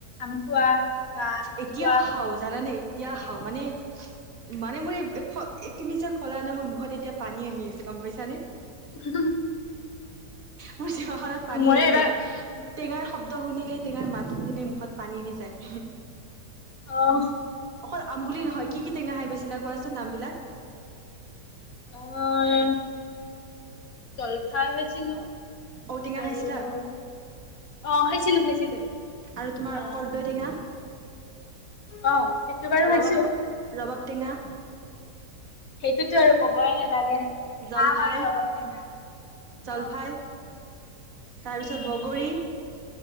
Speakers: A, on the left; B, on the right.
A: আম খোৱা বা এনেকুৱা
B: এতিয়াও খাওঁ জানোনে, এতিয়া খাওঁ মানেই মানে মোৰ এই তুমি যে কলা নে মোৰ মুখত এতিয়া পানী আহি আছে গম পাইছা নে
A: <inaudible>
B: মোৰ জিভাখনত পানী
A: মই
B: আহিছে
A: এইবাৰ
B: এতিয়া টেঙাৰ শব্দ শুনিলে, টেঙাৰ মাত শুনিলে মুখত পানী আহি যায়। উ
A: আহ
B: অকল আম বুলি নহয়, কি কি টেঙা খাই পাইছিলা কোৱাচোন নাম বিলাক?
A: অ', জলফাই হৈছিলো।
B: ঔটেঙা
A: আৰু
B: খাইছিলা
A: অ খাইছিলো খাইছিলো <unintelligible>
B: আৰু তোমাৰ
A: অ
B: কৰ্দৈটেঙা
A: অ' সেইটো বাৰু
B: ৰবাব
A: খাইছো
B: ৰবাব টেঙা
A: সেইটোতো আৰু কবই নালাগে
B: জলফাই
A: আম আৰু ৰবাব টেঙা
B: জলফাই
A: অ
B: তাৰপিছত
A: খাইছো
B: বগৰী
A: খাইছো